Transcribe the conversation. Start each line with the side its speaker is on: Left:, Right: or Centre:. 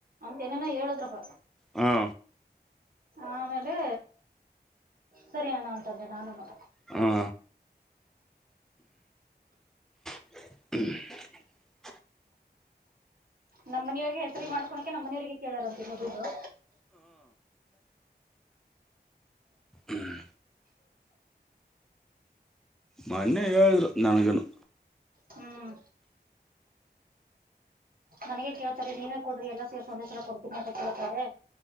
Right: ತನನಏ ಹೇಳೋದ್ರೂಪ
Centre: ಹಾ
Right: ಆಮೇಲೆ ಸರಿ ಅಣ್ಣ ಅಂತಂದೆ ನಾನುನು
Centre: ಹಾ ಹ್ಮ್
Right: ನಮ್ಮ ಮನಿಯವ್ರಿಗೆ ಹೆಸರಿ ಮಾಡ್ಕೊಳಕೆ ನಮ್ಮನಿಯವರಿಗೆ ಕೇಳಾರಂತನ ಬಡು
Centre: ಹ್ಮ್ ಮೊನ್ನೆ ಹೇಳಿದ್ರು ನನಗನು
Right: ಹ್ಮ್ ನನಗೆ ಕೇಳ್ತಾರೆ ನೀವೇ ಕೊಡ್ರ ಎಾ ಸೇರ್ ಸಂದೇಶ ಎಲ್ಲ ಕೊರಿ ಕೇಳ್ತಾರೆ